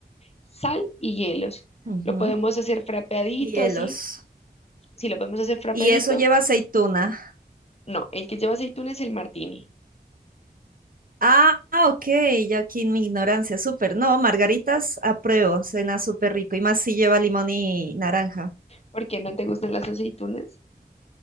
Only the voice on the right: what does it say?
Ujú.
Hielos.
Y eso lleva aceituna.
Ah, ah, ok, yo aquí en mi ignorancia, súper. No, margaritas, apruebo, cena súper rico. Y más si lleva limón y naranja.